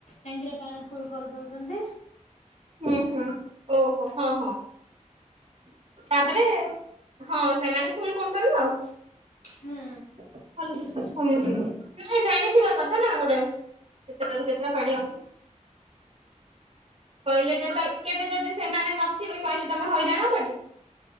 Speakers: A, on the left (about 70°); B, on the right (about 50°).
A: ଟାଙ୍କିରେ <unintelligible> ଫୁଲ କରିଦଉଛନ୍ତି।
B: ହୁଁ, ହୁଁ, ଓହୋ, ହଁ, ହଁ। <inaudible> ତାପରେ, ହଁ, ସେମାନେ ଫୁଲ କରୁଛନ୍ତି, ଆଉ <inaudible>
A: ହୁଁ
B: ହଲିସ୍କ ହୁଁ, ହୁଁ, ମୁ ଜାଣିଥିବା କଥା ନା, ଗୋଟେ କେତେଟା ରୁ କେତେଟା ପାଣି ଆଉଛି, କହିଲେ, ଯେଳେ କେବେ, ଯଦି ସେମାନେ ନଥିବେ, କହିଲେ, ତମେ ହଇରାଣ ହବନି?